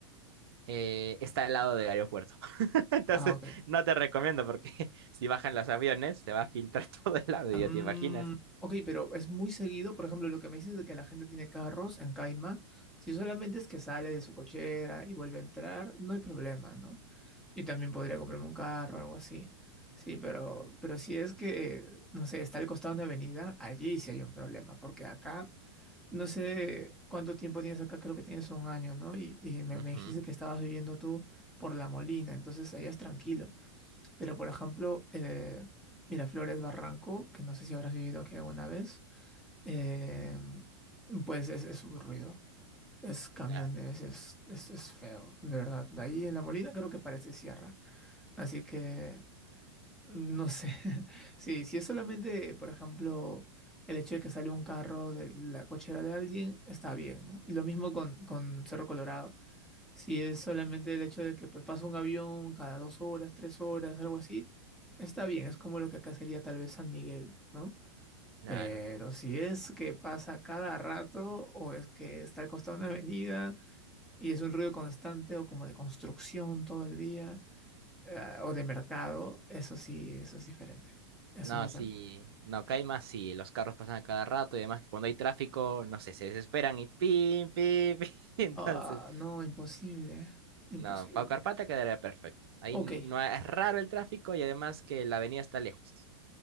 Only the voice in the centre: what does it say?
Ah, ok.
Mm,
ok, pero es muy seguido, por ejemplo, lo que me dices de que la gente tiene carros en Caima, si solamente es que sale de su cochera y vuelve a entrar, no hay problema, ¿no? Yo también podría comprarme un carro o algo así. Sí, pero, pero si es que, no sé, está al costado de una avenida, allí sí hay un problema, porque acá, no sé cuánto tiempo tienes acá, creo que tienes un año, ¿no? Y, y me,
me dijiste que estabas viviendo tú por La Molina, entonces allá es tranquilo. Pero, por ejemplo, eh, Miraflores Barranco, que no sé si habrás vivido aquí alguna vez, eh, pues es, es un ruido. Es camiones,
es, es, es feo, de verdad. De ahí en La Molina creo que parece sierra. Así que, no sé. <laughs> Sí, si es solamente, por ejemplo, el hecho de que sale un carro de la cochera de alguien, está bien, ¿no? Y lo mismo con, con Cerro Colorado. Si es solamente el hecho de que pues pasa un avión cada dos horas, tres horas, algo así, está bien, es como lo que acá sería tal vez San Miguel, ¿no?
Pero si es que pasa cada rato o es que está al costado de una avenida y es un ruido constante o como de construcción todo el día eh, o de mercado, eso sí, eso es diferente. Eso
es lo
que...
Ah, no, imposible, imposible.
Ok,